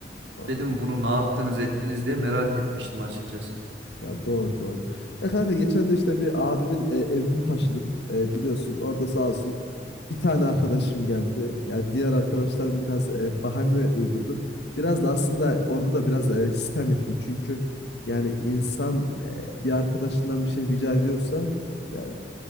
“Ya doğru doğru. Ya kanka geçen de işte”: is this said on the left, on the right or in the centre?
Left